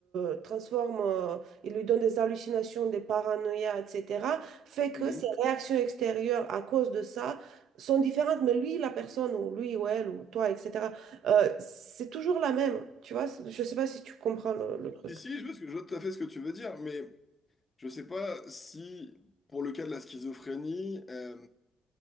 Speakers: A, on the right (about 75°); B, on the left (about 30°).
A: le transforme, euh, il lui donne des hallucinations, des paranoïas, etc., fait que
B: Mhm.
A: ses réactions extérieures à cause de ça sont différentes, mais lui, la personne, ou lui, ou elle, ou toi, etc., euh, c'est toujours la même, tu vois, je sais pas si tu comprends le le truc.
B: Si, si, je vois, ce que- je vois tout à fait ce que tu veux dire, mais Je sais pas si, pour le cas de la schizophrénie, euh,